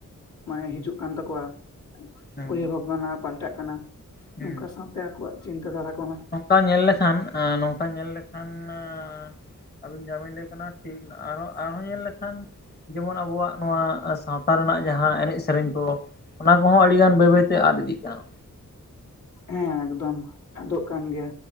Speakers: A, on the left; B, on the left.
A: ᱢᱟᱱᱮ ᱦᱤᱡᱩᱜ ᱠᱟᱱ ᱛᱟᱠᱚᱣᱟ᱾
B: ᱦᱮᱸ
A: ᱩᱭᱦᱟᱹ
B: ᱦᱮᱸ
A: ᱵᱷᱟᱵᱱᱟ ᱯᱟᱞᱴᱟᱜ ᱠᱟᱱᱟ
B: ᱦᱩᱸ
A: ᱱᱚᱝᱠᱟ ᱥᱟᱶᱛᱮ ᱟᱠᱚᱣᱟᱜ ᱪᱤᱱᱛᱟᱹ ᱫᱷᱟᱨᱟ ᱠᱚᱦᱚᱸ
B: ᱱᱚᱝᱠᱟ ᱧᱮᱞ ᱞᱮᱠᱷᱟᱱ ᱟᱸ ᱱᱚᱝ ᱠᱟᱠᱟ ᱧᱮᱞ ᱞᱮᱠᱷᱟᱱ ᱟᱸ ᱟᱹᱵᱤᱱ ᱡᱟᱢᱤᱱ ᱞᱟᱹᱭ ᱠᱟᱱᱟ ᱴᱷᱤᱠ ᱟᱨᱦᱚᱸ ᱟᱨᱦᱚᱸ ᱧᱮᱞ ᱞᱮᱠᱷᱟᱱ ᱡᱮᱢᱚᱱ ᱟᱵᱚᱣᱟᱜ ᱱᱚᱣᱟ ᱥᱟᱶᱛᱟ ᱨᱮᱱᱟᱜ ᱡᱟᱦᱟᱸ ᱮᱱᱮᱡ ᱥᱮᱨᱮᱧ ᱠᱚ ᱚᱱᱟ ᱠᱚᱦᱚᱸ ᱟᱹᱰᱤ ᱜᱟᱱ ᱵᱟᱹᱭ ᱵᱟᱹᱭᱛᱮ ᱟᱫ ᱤᱫᱤᱜ ᱠᱟᱱᱟ᱾
A: ᱦᱮᱸ ᱮᱠᱫᱚᱢ ᱟᱫᱚᱜ ᱠᱟᱱ ᱜᱮᱭᱟ᱾